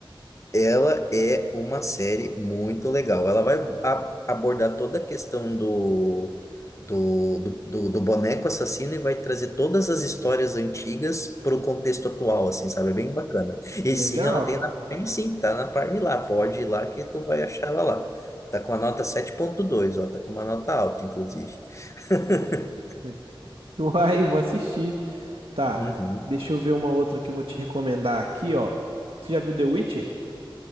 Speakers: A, on the left; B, on the right.
A: ela é uma série muito legal. Ela vai a- abordar toda a questão do, do, do, do- do boneco assassino e vai trazer todas as histórias antigas para o contexto atual, assim, sabe? É bem bacana. E
B: Legal.
A: sim, ela tem na Prime, sim, tá na Prime lá. Pode ir lá que tu vai achar ela lá. Tá com a nota sete ponto dois ó, tá com uma nota alta, inclusive. <laughs>
B: <laughs> Uai, vou assistir. Tá,
A: Uhum.
B: deixa eu ver uma outra que eu vou te recomendar aqui, ó. Você já viu The Witcher?